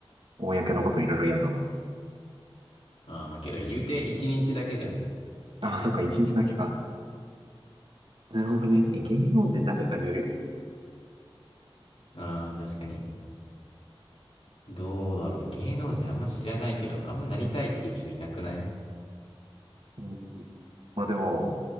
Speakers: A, on the right; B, on the left.
A: 公のこといろいろやんの。
B: ああ、まあけど言うて一日だけじゃん。
A: ああ、そっか、一日だけか。なるほどね。え、芸能人誰かによるよね。
B: ああ、確かに。どうだろう。芸能人あんま知らないけど、あんまなりたいっていう人いなくない
A: うん、まあでも、